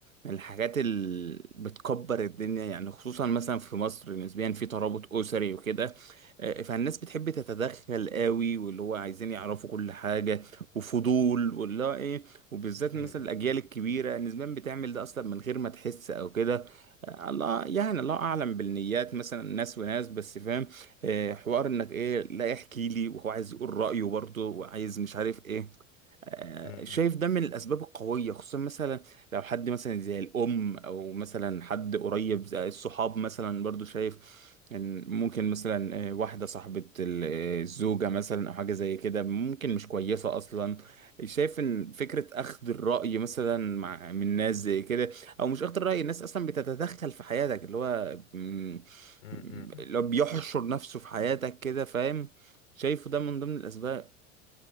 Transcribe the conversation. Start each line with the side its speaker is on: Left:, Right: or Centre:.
Right: من الحاجات اللي بتكبر الدنيا يعني خصوصا مثلا في مصر نسبيا في ترابط اسري وكده آه، فالناس بتحب تتدخل قوي واللي هو عايزين يعرفوا كل حاجة وفضول واللي هو ايه وبالذات مثلا
Left: امم
Right: الاجيال الكبيرة نسبيا بتعمل ده اصلا من غير ما تحس او كده آه، الله يعني الله اعلم بالنيات مثلا ناس وناس بس فاهم آه، حوار انك ايه لا احكي لي وهو عايز يقول رايه برضه وعايز مش عارف ايه آه،
Left: امم
Right: شايف ده من الأسباب القوية خصوصا مثلا لو حد مثلا زي الأم أو مثلا حد قريب زي الصحاب مثلا برضو شايف إن ممكن مثلا آه، واحدة صاحبة ال- آه، الزوجة مثلا أو حاجة زي كده ممكن مش كويسة أصلا شايف إن فكرة أخذ الرأي مثلا مع من ناس زي كده أو مش أخذ الرأي الناس أصلا بتتدخل في حياتك اللي هو م-
Left: امم
Right: م- اللي هو بيحشر نفسه في حياتك كده فاهم شايفه ده من ضمن الأسباب